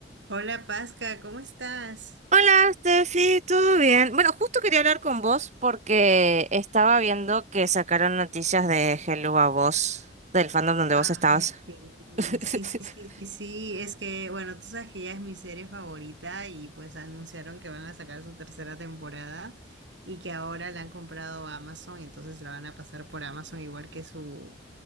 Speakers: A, on the right; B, on the right.
A: Hola Pasca, ¿cómo estás?
B: Hola, Steffi, ¿todo bien? Bueno, justo quería hablar con vos porque estaba viendo que sacaron noticias de Hello a vos, del fandom donde
A: Ay,
B: vos estabas.
A: sí, sí,
B: <laughs>
A: sí, sí, sí, sí, es que, bueno, tú sabes que ella es mi serie favorita y pues anunciaron que van a sacar su tercera temporada y que ahora la han comprado a Amazon y entonces la van a pasar por Amazon igual que su,